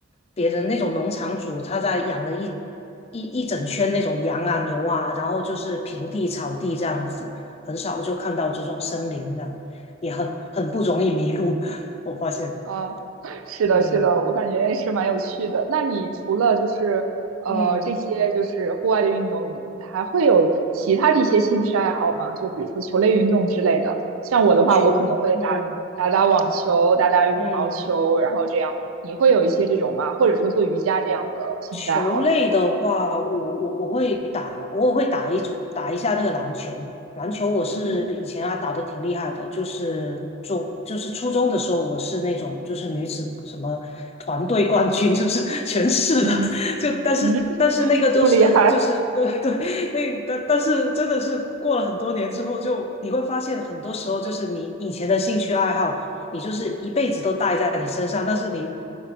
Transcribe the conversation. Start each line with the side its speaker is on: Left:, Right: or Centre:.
Left: 别人那种农场主他在养了一一一整圈那种羊啊牛啊，然后就是平地草地这样子，很少就看到这种森林这样，也很很不容易迷路，<laughs> 我发现，
Right: 啊，<laughs> 是的，
Left: 嗯
Right: 是的，我感觉是蛮有趣的。那你除了就是呃这些就是户外的运动，
Left: 嗯，
Right: 你还会有其他的一些兴趣爱好吗？就比如说球类运动之类的。像我的话，
Left: 求，
Right: 我可能会打打打网球，
Left: 嗯
Right: 打打羽毛球，
Left: 嗯。
Right: 然后这样。你会有一些这种吗？或者说做瑜伽这样的兴趣爱好呢？
Left: 球类的话，我我我会打，偶尔会打一直打一下那个篮球。篮球我是以前啊打得挺厉害的，
Right: 嗯
Left: 就是就就是初中的时候，我是那种就是女子什么团队冠军，<laughs> 就是全市的。
Right: 嗯
Left: <laughs> 就但是但是那个都是就是对对，
Right: 嗯，<laughs> 这么厉害。
Left: 那但但是真的是过了很多年之后就，你会发现很多时候就是你以前的兴趣爱好。你就是一辈子都带在你身上，但是你